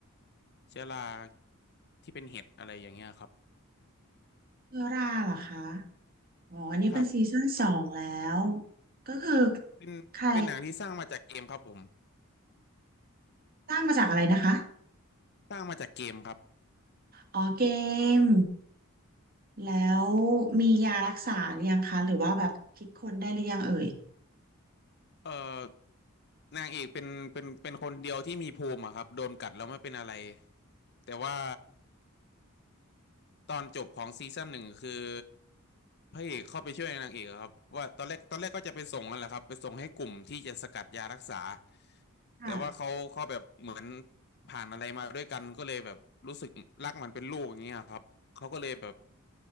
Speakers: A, on the left; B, on the right.
A: เชื้อราที่เป็นเห็ดอะไรอย่างเงี้ยครับ
B: เชื้อราเหรอคะอ๋ออันนี้เป็นซีซั่นสองแล้ว
A: ครับ
B: ก็คือ
A: เป็นเป็นหนังที่สร้างมาจากเกมครับผม
B: ใครสร้างมาจากอะไรนะคะ
A: สร้างมาจากเกมครับ
B: อ๋อเกมแล้วมียารักษาหรือยังคะหรือว่าแบบคิดค้นได้หรือยังเอ่ย
A: เอ่อนางเอกเป็นเป็นเป็นคนเดียวที่มีภูมิอะครับโดนกัดแล้วไม่เป็นอะไรแต่ว่า ตอนจบของซีซั่นหนึ่งคือพระเอกเข้าไปช่วยนางเอกอะครับว่าตอนแรกตอนแรกก็จะไปส่งนั่นแหละครับไปส่งให้กลุ่มที่จะสกัดยารักษา
B: ค่ะ
A: แต่ว่าเขาเขาแบบเหมือนผ่านอะไรมาด้วยกันก็เลยแบบรู้สึกรักมันเป็นลูกอย่างเงี้ยครับเขาก็เลยแบบ